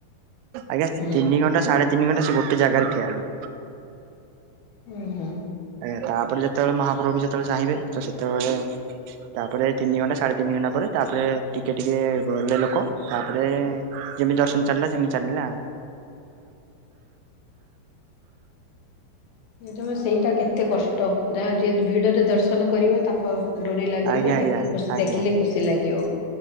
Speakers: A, on the right (about 80°); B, on the left (about 70°).
A: ଆଜ୍ଞା
B: ହୁଁ
A: ତିନି ଘଣ୍ଟା ସାଢ଼େ ତିନି ଘଣ୍ଟା ସେ ଗୋଟେ ଜାଗାରେ ଠୀଆହେଲୁ
B: ହୁଁ ହୁଁ।
A: ଆଜ୍ଞା ତାପରେ ଯେତେବେଳେ ମହାପ୍ରଭୁ ଯେତେବେଳେ ଚାହିଁବେ ତ ସେତେବେଳେ ତାପରେ ତିନି ଘଣ୍ଟା ସାଡ଼େ ତିନି ଘଣ୍ଟା ପରେ ତାପରେ ଟିକେ ଟିକେ ଗଡିଲେ ଲୋକ ତାପରେ ଯେମିତି ଦର୍ଶନ ଚାଲିଲା ସେମିତି ଚାଲିଲା
B: ଯେତେବେଳେ ସେଇଟା କେତେ କଷ୍ଟ ଟ ଯାହା ଯିଏ ଭିଡ଼ରେ ଦର୍ଶନ କରିବ ତାଙ୍କ ଡୋରି ଲାଗିବ
A: ଆଜ୍ଞା ଆଜ୍ଞା
B: ତାଙ୍କୁୁ
A: ଆଜ୍ଞା
B: ଦେଖିଲେ ଖୁସି ଲାଗିବ